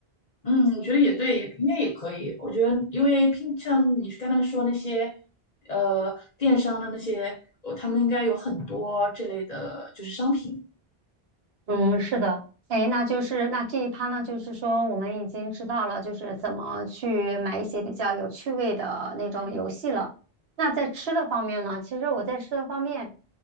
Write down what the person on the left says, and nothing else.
嗯，我觉得也对，也应该也可以。我觉得，因为平像你刚才说那些，呃，电商的那些，呃他们应该有很多这类的，就是商品。